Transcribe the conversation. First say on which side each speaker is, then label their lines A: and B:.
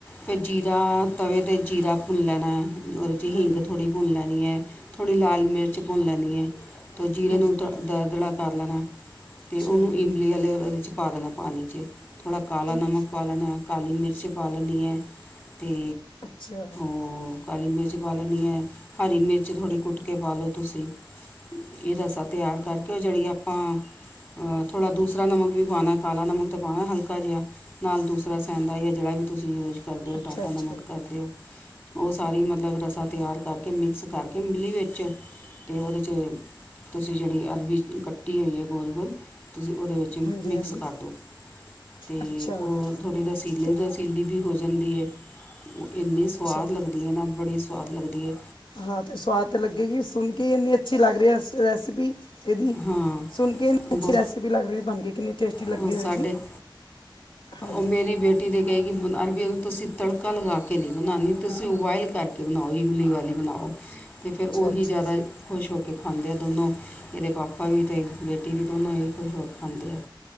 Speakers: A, on the left; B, on the left.
A: ਫਿਰ ਜੀਰਾ ਤਵੇ 'ਤੇ ਜੀਰਾ ਭੁੰਨ ਲੈਣਾ ਹੈ। ਔਦੇ 'ਚ
B: ਹਾਂਜੀ
A: ਹੀਗ ਥੋੜੀ ਭੁੰਨੀ ਲੈਣੀ ਹੈ, ਥੋੜੀ ਲਾਲ ਮਿਰਚ। ਭੁੰਨ ਲੈਣੀ ਏ ਤੇ, ਜੀਰੇ
B: ਹਾਂਜੀ
A: ਨੂੰ
B: ਹਾਂਜੀ
A: ਦਰ ਦੜਾ ਕਰ ਲੈਣਾ ਤੇ
B: ਅੱਛਾ
A: ਔਨੂੰ ਇਮਲੀ ਵਾਲੇ ਉਹਦੇ 'ਚ ਪਾ ਦੇਣਾ ਪਾਣੀ 'ਚ ਥੋੜਾ ਕਾਲਾ
B: ਇਹ
A: ਨਮਕ ਕਾਲਾ ਨਮਕ, ਕਾਲੀ ਮਿਰਚ ਪਾਲਣੀ ਏ ਤੇ
B: ਅਛਾ
A: ਹਮ ਕਾਲੀ ਮਿਰਚ ਪਾ ਲੈਣੀ ਏ, ਹਰੀ ਮਿਰਚ ਥੋੜ੍ਹੀ ਕੁੱਟ ਕੇ ਪਾ ਲਓ ਤੁਸੀਂ ਇ ਦਾ ਰਸਾਂ ਤਿਆਰ ਕਰਕੇ, ਜਿਹੜੀ ਆਪਾਂ ਅ ਥੋੜ੍ਹਾ ਦੂਸਰਾ ਨਮਕ ਵੀ ਪਾਉਣਾ, ਕਾਲਾ ਨਮਕ ਤਾਂ ਪਾਉਣਾ ਹਲਕਾ ਜਿਹਾ ਨਾਲ ਦੂਸਰਾ ਸੈਂਦਾ ਯਾਂ ਜਿਹੜਾ ਵੀ ਤੁਸੀਂ ਯੂਜ ਕਰਦੇ ਹੋ
B: ਅੱਛਾ
A: ਟਾਟਾ
B: ਅੱਛਾ
A: ਨਮਕ ਕਰਦੇ ਹੋ। ਔਹ ਸਾਰੀ ਮਤਲਬ ਰਸਾਂ ਤਿਆਰ ਕਰਕੇ, ਮਿਕਸ ਕਰਕੇ, ਇਮਲੀ ਵਿੱਚ ਤੇ ਉਹਦੇ 'ਚ ਤੁਸੀਂ ਜਿਹੜੀ ਅਰਬੀ ਕੱਟੀ ਹੋਈ ਹੈ। ਗੋਲ ਗੋਲ ਤੁਸੀਂ ਔਹਦੇ ਵਿੱ ਚ
B: ਹਾਂਜੀ
A: ਮਿਕਸ
B: ਹਾਂਜੀ
A: ਕਰ ਦੋ ਤੇ
B: ਅੱਛਾ
A: ਔਹ ਥੋੜ੍ਹੀ ਰਸੀਲੇ
B: ਤੇ
A: ਰਸੀਲੀ ਵੀ ਹੋ ਜਾਂਦੀ ਹੈ। ਔਹ ਇੰਨੀ
B: ਅੱਛਾ
A: ਸਵਾਦ ਲੱਗਦੀ ਹੈ ਨਾ ਬੜੀ ਸਵਾਦ ਲੱਗਦੀ ਏ।
B: ਹਾਂ ਤੇ ਸਵਾਦ ਤਾਂ ਲੱਗੇਗੀ, ਸੁਣ ਕੇ ਇੰਨੀ ਅੱਛੀ ਲੱਗ ਰਹੀ ਹੈ। ਰੈਸਿਪੀ ਏਦੀ
A: ਹਾਂ
B: ਸੁਣ ਕੇ ਇੰਨੀ
A: ਬਹੁ
B: ਅੱਛੀ ਰੈਸਪੀ ਲੱਗ ਰਹੀ ਬਣ ਕੇ ਕਿੰਨੀ ਟੇਸਟੀ ਲੱਗਦੀ
A: ਉਹ
B: ਹੋਏਗੀ।
A: ਸਾਡੇ
B: ਹਾਂ
A: ਮੇਰੀ ਬੇਟੀ ਤੇ ਕਹੇਗੀ ਅਰਬੀ ਤੁਸੀਂ ਤੜਕਾ ਲਗਾ ਕੇ ਨਹੀਂ ਬਣਾਉਦੇ ਤੁਸੀਂ ਉਬਇਲ ਕਰਕੇ ਬਣਾਓ ਇਮਲੀ ਵਾਲੀ ਬਣਾਓ, ਤੇ ਫੇਰ
B: ਅੱਛਾ
A: ਔਹੀ
B: ਅੱਛਾ
A: ਜ਼ਿਆਦਾ ਖੁਸ਼ ਹੋ ਕੇ ਖਾਂਦੇ ਦੋਨੋ ਏਦੇ ਪਾਪਾ ਵੀ ਤੇ, ਬੇਟੀ ਵੀ ਦੋਨੋ ਏਹ ਖੁਸ਼ ਹੋ ਕੇ ਖਾਂਦੇ ਆ।